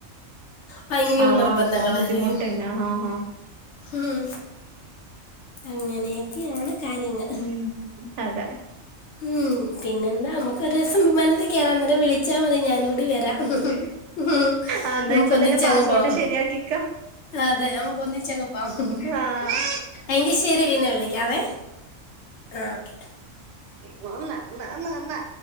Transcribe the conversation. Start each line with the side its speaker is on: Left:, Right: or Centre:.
Left: ഭയങ്കര
Right: ആഹ്
Left: നിർബന്ധങ്ങളായിരിക്കും
Right: അതെ ബുദ്ധിമുട്ടന്നെ ആഹ് ആഹ്
Left: ഉം അങ്ങനെയൊക്കെയാണ് കാര്യങ്ങൾ
Right: ഉം അതെ
Left: ഉം പിന്നെന്താ നമുക്ക് ഒരു ദിവസം വിമാനത്തെ കേറ അന്നേരം വിളിച്ചാൽ മതി ഞാന് കൂടി വരാം ഉം
Right: ആ എന്നാ
Left: നമുക്ക്
Right: ഇപ്പം
Left: ഒന്നിച്ചങ്ങ്
Right: തന്നെ പാസ്പോർട്ട്
Left: പോവാ
Right: ശരിയാക്കിക്കോ
Left: അതെ നമുക്ക് ഒന്നിച്ചങ്ങ് പോവാ
Right: ആഹ്
Left: എങ്കി ശരി പിന്നെ വിളക്കാവേ ആ ഓക്കെ
Right: ന്ന ആ ആമ്മ